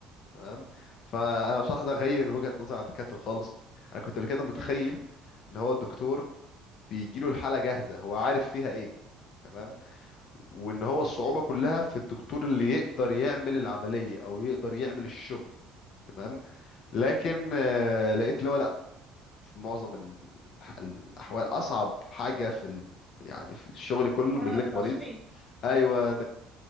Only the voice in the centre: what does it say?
مم.
آه،
التشخيص